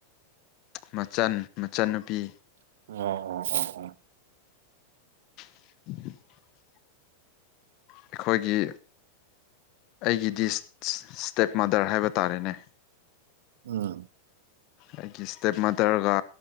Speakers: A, on the left (about 50°); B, on the right (about 75°).
A: ꯃꯆꯟ ꯃꯆꯟꯅꯨꯄꯤ
B: ꯑꯣ ꯑꯣ ꯑꯣ ꯑꯣ
A: <inaudible> ꯑꯩꯈꯣꯏꯒꯤ ꯑꯩꯒꯤꯗꯤ ꯏꯁꯇꯦꯞ ꯃꯥꯗꯔ ꯍꯥꯏꯕ ꯇꯥꯔꯦꯅꯦ
B: ꯎꯝ
A: ꯑꯩꯒꯤ ꯏꯁꯇꯦꯞ ꯃꯥꯗꯔꯒ